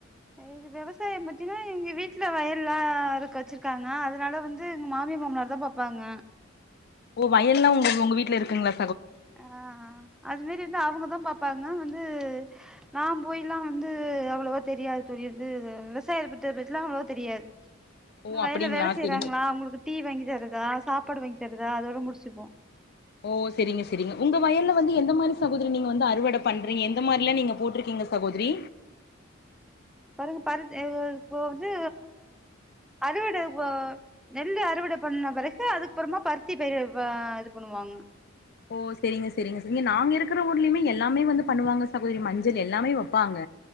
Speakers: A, in the centre; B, on the left.
A: எங்க விவசாயம் பத்தீன்னா எங்க வீட்ல வயல்லா இருக்க வச்சிருக்காங்க அதனால வந்து எங்க மாமிய மாமனாரு தா பாப் பாங்க
B: ஓ வயல்லா உங்க உங்க வீட்ல இருக்குங்ளா
A: அ அது மாரி வந்து அவங்கதா பாப்பாங்க நா வந்து நா போய்லா வந்து அவ்வளவா தெரியாது தோழி விவசாய பத்திலா அவ்வளவோ தெரியாது
B: ஓ
A: ப்ச் வயல்ல
B: அப்டிங்களா
A: வேல செய்றாங்களா
B: செரிங்க
A: அவங்களுக்கு டீ வாங்கி தருதா சாப்பாடு வாங்கி தருதா அதோட முடிச்சுப்போ
B: ஓ சரிங்க சரிங்க உங்க வயல்ல வந்து எந்த மாரி சகோதரி நீங்க வந்து அறுவட பண்றீங்க எந்த மாரில்லா நீங்க போட்ருக்கீங்க சகோதரி
A: பாருங்க பாரு இது இப்போ வந்து அறுவடப்ப நெல்லு அறுவட பண்ண பெறகு அதுக்குப்புறமா பருத்தி பயிர இது பண்ணுவாங்க
B: ஓ செரிங்க செரிங்க சகோத நாங்க இருக்கற ஊர்லயுமே எல்லாமே வந்து பண்ணுவாங்க சகோதரி மஞ்சள் எல்லாமே வப்பாங்க